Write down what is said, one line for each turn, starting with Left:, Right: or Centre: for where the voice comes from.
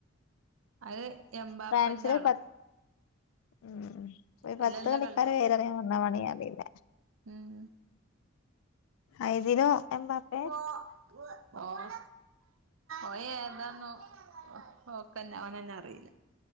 Right: അത് എംമ്പാപ്പന്റെ
Left: ഫ്രാൻസില്
Right: ആളാ
Left: പത്ത് ഉം ഒര് പത്ത്
Right: അയിലല്ല
Left: കളിക്കാരേ
Right: കളി
Left: പേര്റിയാൻ പറഞ്ഞാ മാണെങ്കി അറീല
Right: ഉം
Left: ഹൈദിനും എംമ്പാപ്പ്
Right: ഓൻ ഓന് ഏതാന്ന് ഓക്കെന്നെ ഓനെന്നെ അറീല